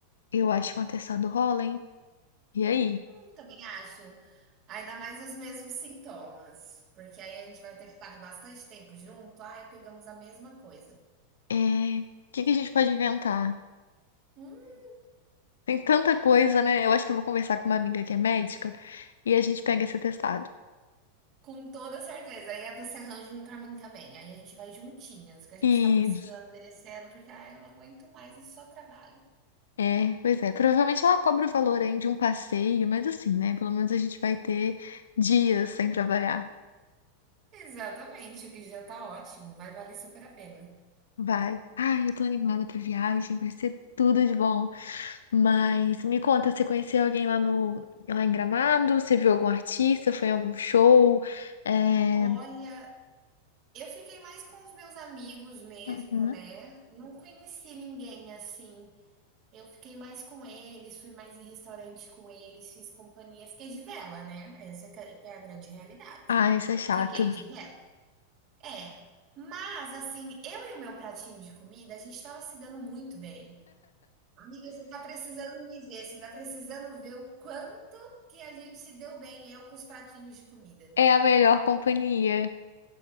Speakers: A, on the left; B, on the right.
A: Eu acho que um atestado rola, hein? E aí?
B: Hum, Também acho. Ainda mais os mesmos sintomas, porque aí a gente vai ter ficado bastante tempo junto, ai, pegamos a mesma coisa.
A: É... O que que a gente pode inventar?
B: Hum?
A: Tem tanta coisa, né? Eu acho que eu vou conversar com uma amiga que é médica e a gente pega esse atestado.
B: Com toda certeza. Aí você arranja um pra mim também. Aí a gente vai juntinhas, que a gente
A: E,
B: tá precisando, merecendo, porque ai, eu não aguento mais esse só trabalho.
A: é, pois é, provavelmente ela cobra o valor aí de um passeio, mas assim, né? Pelo menos a gente vai ter dias sem trabalhar.
B: Exatamente, o que já tá ótimo, vai valer super a pena.
A: Vai. Ai, eu tô animada pra viagem, vai ser tudo de bom. Mas me conta, você conheceu alguém lá no lá em Gramado? Você viu algum artista? Foi em algum show? É...
B: Olha, eu fiquei mais com os meus amigos mesmo,
A: uhum.
B: né? Não conheci ninguém assim Eu fiquei mais com eles, fui mais em restaurante com eles, fiz companhia, fiquei de vela, né, essa é que é que é a grande realidade.
A: Ai, isso é chato.
B: Fiquei de vela. É, mas assim, eu e o meu pratinho de comida, a gente estava se dando muito bem. "Amiga, você tá precisando me ver, você tá precisando ver o quanto que a gente se deu bem, eu com os pratinhos de comida.
A: É a melhor companhia.